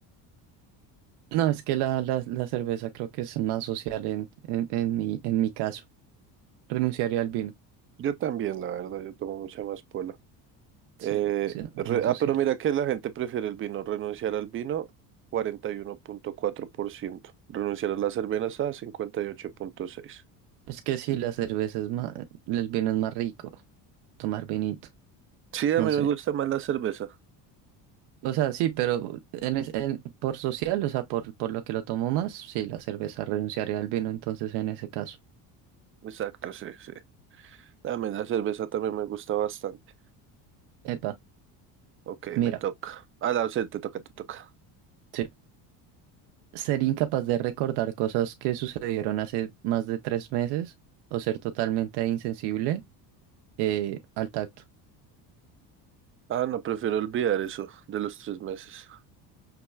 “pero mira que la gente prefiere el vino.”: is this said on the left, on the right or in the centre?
Right